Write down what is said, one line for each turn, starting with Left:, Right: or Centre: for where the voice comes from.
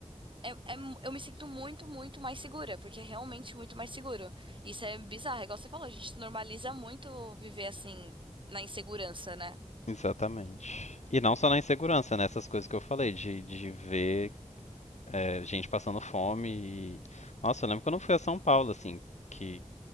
Right: É, é mu- eu me sinto muito, muito mais segura, porque é realmente muito mais seguro. Isso é bizarro, é igual você falou, a gente normaliza muito viver assim, na insegurança, né?
Left: Exatamente. E não só na insegurança, né? Essas coisas que eu falei, de, de ver é, gente passando fome. E... Nossa, eu lembro quando eu fui a São Paulo, assim, que